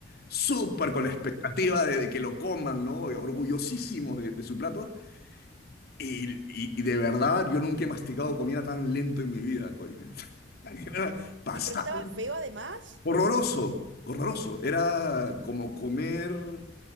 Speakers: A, on the left; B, on the right.
A: súper con la expectativa de, de que lo coman, ¿no? orgullosísimo de, de su plato. Y, y- y de verdad, yo nunca he masticado comida tan lento en mi vida, Corina. <laughs> Pasaba,
B: ¿Y pero estaba feo además?
A: horroroso, horroroso. Era como comer